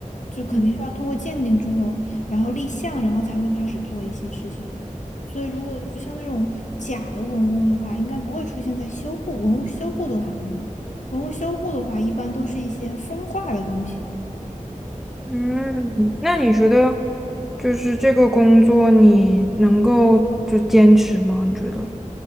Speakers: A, on the left (about 60°); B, in the centre.
A: 就肯定是要通过鉴定之后，
B: 嗯
A: 然后立项，然后才会开始做一些事情的。所以，如果就像这种假的文物的话，应该不会出现在修护文物修护的行列。文物修护的话，一般都是一些风化的东西。
B: 嗯，那你觉得就是这个工作你能够就坚持吗？你觉得？